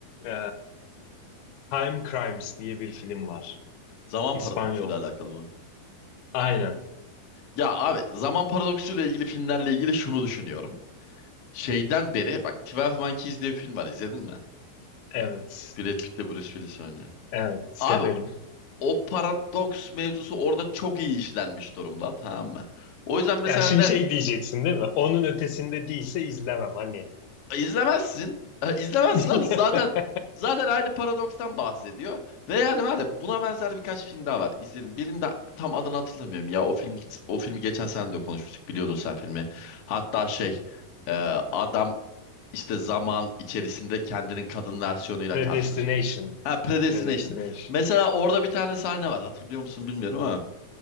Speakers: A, on the left (about 80°); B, on the left (about 55°).
A: Ee, Time Crimes diye bir film var.
B: Zaman
A: İspanyol.
B: paradoksuyla alakalı mı?
A: Aynen.
B: Ya abi zaman paradoksuyla ilgili filmlerle ilgili şunu düşünüyorum. Şeyden beri bak 12 Monkeys diye bir film var izledin mi?
A: Evet.
B: Brad Pitt'le Bruce Willis oynuyor.
A: Evet,
B: Abi
A: severim.
B: o paradoks mevzusu orada çok iyi işlenmiş durumda tamam mı? O yüzden mesela
A: Ya şimdi
B: ne
A: şey diyeceksin değil mi? Onun ötesinde değilse izlemem hani.
B: izlemezsin. E, İzlemezsin
A: <laughs>
B: abi zaten zaten aynı paradokstan bahsediyor. Ve yani var ya buna benzer birkaç film daha var. İzledim. Birinde tam adını hatırlamıyorum ya o film o filmi geçen sene de konuşmuştuk biliyordun sen filmi. Hatta şey e, adam İşte zaman içerisinde kendinin kadın versiyonuyla
A: Predestination.
B: karşılaşıyor. Ha Predestination.
A: Predestination.
B: Mesela orada bir tane sahne var. Hatırlıyor musun bilmiyorum ama